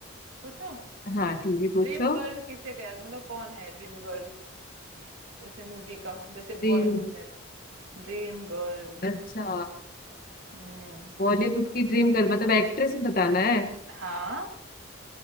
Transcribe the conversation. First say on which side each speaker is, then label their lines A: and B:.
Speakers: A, on the right; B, on the left.
A: पूछूं
B: हाँ ठीक है पूछो
A: ड्रीम गर्ल किसे कह मतलब कौन है ड्रीम गर्ल इसे मूवी का जैसे
B: ड्रीम
A: बॉलीवुड में Dream girl
B: अच्छा
A: हम्म
B: बॉलीवुड की ड्रीम गर्ल मतलब एक्ट्रेस में बताना है
A: हाँ